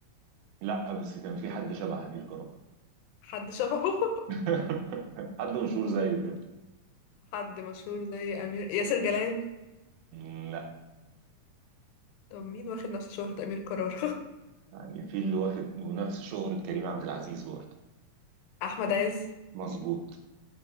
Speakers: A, on the right; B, on the left.
A: لا بس كان في حد شبه أمير كرارة
B: حد شبهه <laughs>
A: <laughs> حد مشهور زيه كده
B: حد مشهور زي امير ياسر جلال
A: مم، لا
B: طب مين واخد نفس شهرة أمير كرارة؟
A: يعني في اللي واخد ونفس شهرة كريم عبد العزيز برضه
B: <laughs> احمد عز
A: مظبوط